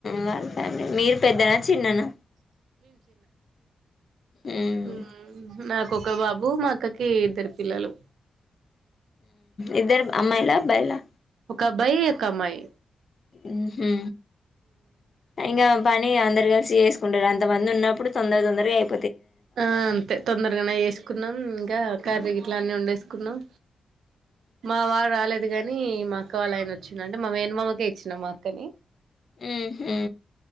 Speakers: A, on the left; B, on the right.
A: వాళ్ళ ఫ్యామిలీ మీరు పెద్దనా చిన్ననా ఉహు
B: ఉ నాకు ఒక ఒక్క బాబు మా అక్కకి ఇద్దరు పిల్లలు
A: ఇద్దరు అమ్మాయిలా, అబ్బాయిలా
B: ఒక అబ్బాయి ఒక అమ్మాయి
A: ఉహు ఇంగా పని అందరు కలిసి చేసుకుంటరు అంత మంది ఉన్నప్పుడు తొందర తొందరగా అయి
B: ఆ అంతే తొందరగానే చేసుకున్నాం ఇంకా కర్రి
A: ఉమ్
B: గిట్లా అన్నీ వండేసు కున్నం మా వారు రాలేదు కని అక్క వాళ్ళ ఆయన వచ్చి అంటే మా మేనమామకే ఇచ్చినాం మా అక్కని
A: హు హు